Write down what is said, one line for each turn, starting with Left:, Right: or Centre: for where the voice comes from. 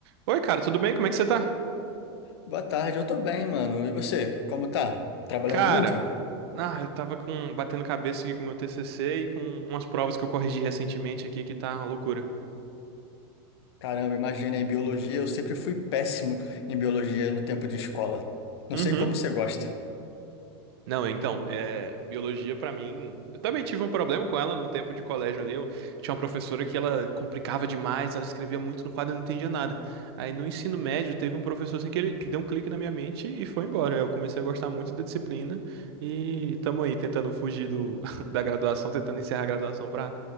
Right: Oi, cara, tudo bem? Como é que você tá?
Left: Boa tarde, eu tô bem, mano. E você, como tá? Trabalhando
Right: Cara,
Left: muito?
Right: ah, eu tava com batendo cabeça aqui com o meu TCC e com umas provas que eu corrigi recentemente aqui que tá uma loucura.
Left: Caramba, imagina, em biologia, eu sempre fui péssimo em biologia no tempo de escola. Não
Right: Uhum.
Left: sei como você gosta.
Right: Não, então, é, biologia pra mim. Eu também tive um problema com ela no tempo de colégio ali. Eu tinha uma professora que ela complicava demais, ela escrevia muito no quadro, eu não entendia nada. Aí no ensino médio teve um professor assim que ele deu um clique na minha mente e foi embora. Eu comecei a gostar muito da disciplina e tamo aí tentando fugir do, <laughs> da graduação, tentando encerrar a graduação pra